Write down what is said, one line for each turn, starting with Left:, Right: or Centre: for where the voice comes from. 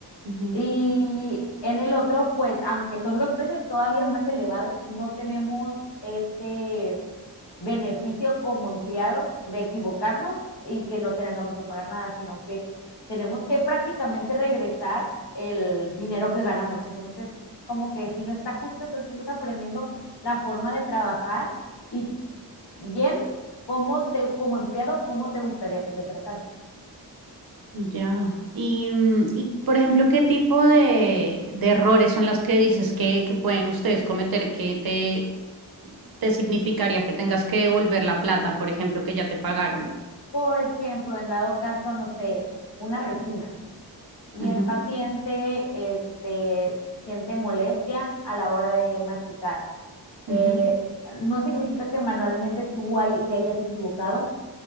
Right: ujú.
Left: Y en el otro, pues aunque son los precios todavía <laughs> más elevados, no tenemos ese beneficio como empleados de equivocarnos y que no tengamos que pagar nada, sino que tenemos que prácticamente regresar el dinero que ganamos. Entonces, como que si no está justo, entonces vas aprendiendo la forma de trabajar y bien cómo te, como empleado, cómo te gustaría que te tratara.
Right: Ya. Y, mm, y, por ejemplo, ¿qué tipo de, de errores son las que dices que, que pueden ustedes cometer que te, te significaría que tengas que devolver la plata, por ejemplo, que ya te pagaron?
Left: Por ejemplo, en dado caso, no sé, una resina y
Right: Ujú,
Left: el paciente este, siente molestia a la hora de masticar Eh,
Right: ujú.
Left: no significa que manualmente tú hay- te hayas equivocado,